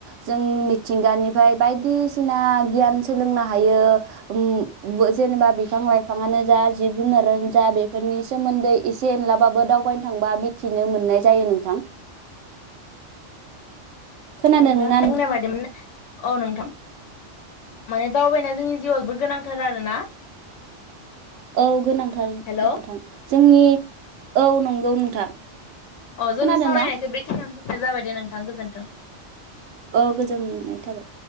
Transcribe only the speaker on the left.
नोंथां
बुंनायबायदिमोन औ नोंथां । माने दावबायनाया जोंनि जिउआव जोबोर गोनां। थार आरोना।
हेल'
अ जोंनि
सावरायनायखौ
बेखिनियावनो दोननाय जाबाय दे नोंथां गोजोन्थों।